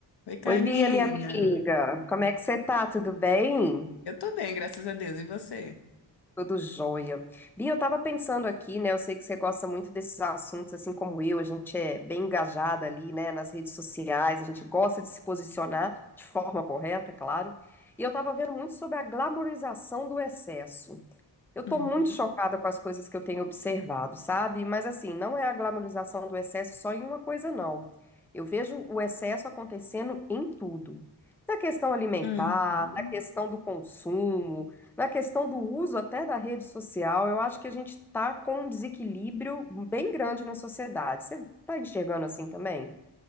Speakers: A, on the left (about 70°); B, in the centre.
A: Oi, Karina.
B: Oi, Bia, minha amiga. Como é que você tá? Tudo bem?
A: Eu tô bem, graças a Deus. E você?
B: Tudo jóia. Bia, eu tava pensando aqui, né? Eu sei que você gosta muito desses assuntos, assim como eu. A gente é bem engajada ali, né? Nas redes sociais, a gente gosta de se posicionar de forma correta, é claro. E eu tava vendo muito sobre a glamorização do excesso. Eu tô
A: Uhum.
B: muito chocada com as coisas que eu tenho observado, sabe? Mas assim, não é a glamorização do excesso só em uma coisa, não. Eu vejo o excesso acontecendo em tudo. Na questão alimentar,
A: Uhum.
B: na questão do consumo, na questão do uso até da rede social, eu acho que a gente tá com um desequilíbrio bem grande na sociedade. Você tá enxergando assim também?